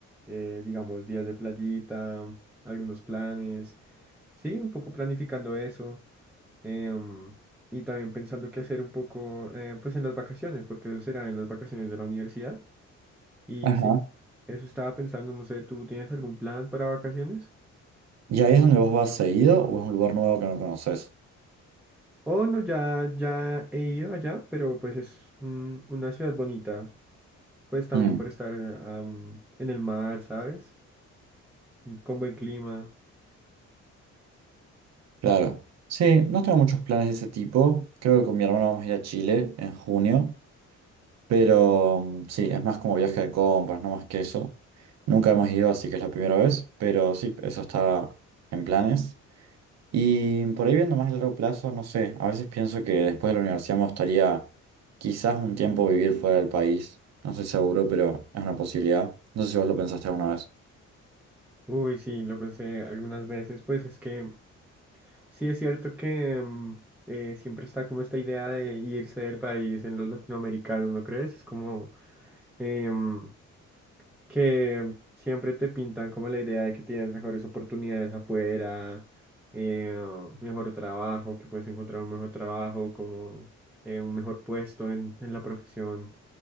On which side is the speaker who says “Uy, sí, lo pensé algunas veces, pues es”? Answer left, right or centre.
Centre